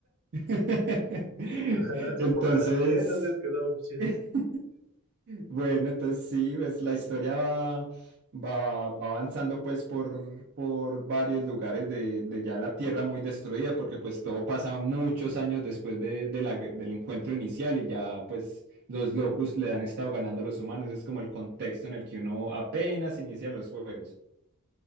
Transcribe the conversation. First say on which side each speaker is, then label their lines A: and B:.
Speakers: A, on the right; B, on the right.
A: <laughs>
B: Ojalá se
A: Entonces,
B: portaran bien, no les quedaba opción.
A: <laughs> bueno, entonces sí, pues la historia va, va, va avanzando pues por, por varios lugares de, de ya la tierra muy destruida, porque pues todo pasa muchos años después de, de la gue- del encuentro inicial y ya pues los locus le han estado ganando a los humanos, es como el contexto en el que uno apenas inicia los juegos.